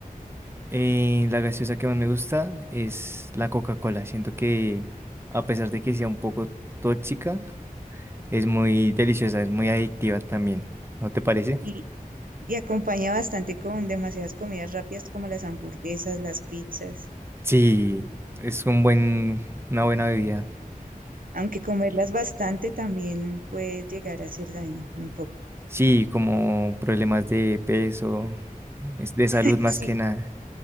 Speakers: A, on the right; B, on the right.
A: Eh, la gaseosa que más me gusta es la Coca-Cola. Siento que a pesar de que sea un poco tóxica, es muy deliciosa, es muy adictiva también. ¿No te parece?
B: Y, y acompaña bastante con demasiadas comidas rápidas como las hamburguesas, las pizzas.
A: Sí, es un buen, una buena bebida.
B: Aunque comerlas bastante también puede llegar a hacer daño un poco.
A: Sí, como problemas de peso, es de
B: <laughs>
A: salud más
B: Sí.
A: que nada.